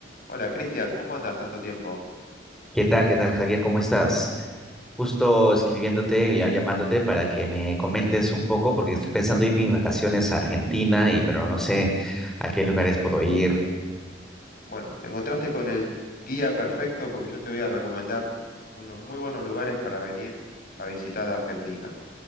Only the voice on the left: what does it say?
Hola Cristian, ¿cómo andas tanto tiempo?
Bueno, te encontraste con el guía perfecto porque yo te voy a recomendar unos muy buenos lugares para venir a visitar Argentina.